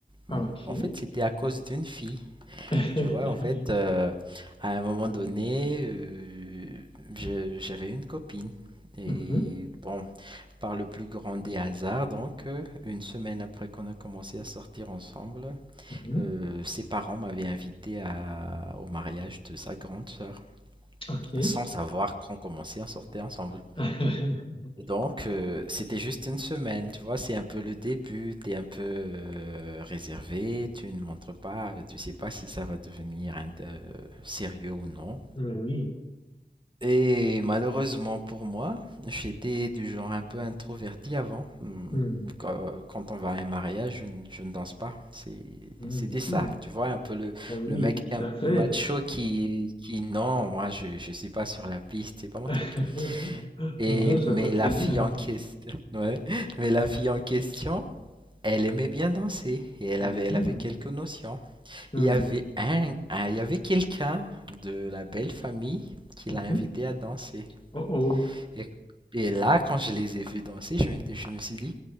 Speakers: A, on the left; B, on the right.
A: OK.
B: Mm, En fait, c'était à cause d'une fille.
A: <laughs>
B: Tu vois, en fait, euh, à un moment donné, euh, je- j'avais une copine. Et
A: Mhm.
B: bon, par le plus grand des hasards, donc, euh, une semaine après qu'on a commencé à sortir ensemble,
A: Mhm.
B: euh, ses parents m'avaient invité à- au mariage de sa grande sœur,
A: OK.
B: sans savoir qu'on commençait à sortir ensemble.
A: <laughs>
B: Donc, euh, c'était juste une semaine, tu vois, c'est un peu le début, t'es un peu euh, réservé, tu ne montres pas, tu sais pas si ça va devenir un- euh, sérieux ou non.
A: Mais oui.
B: Et malheureusement pour moi, j'étais du genre un peu introverti avant. Hum,
A: Mhm.
B: Quand quand on va à un mariage, je, ne je ne danse pas. C'est-
A: Mhm.
B: C'était ça.
A: Mhm.
B: Tu vois, un peu le,
A: Eh oui,
B: le mec
A: tout
B: un
A: à fait.
B: peu macho qui, qui non, moi je ne suis pas sur la piste, c'est pas mon
A: <laughs>
B: truc. Et,
A: Mhm, Je
B: mais
A: vois très
B: la fille
A: bien.
B: en question, <laughs> ouais, mais la fille en question, elle aimait bien danser et elle
A: Mhm.
B: avait, elle avait quelques notions.
A: Hmm.
B: Il y avait un, un- il y avait quelqu'un de la belle famille qui
A: Mhm.
B: l'a invitée à danser.
A: Oh oh.
B: Et, et là, quand je les ai vus danser, je me, je me suis dit,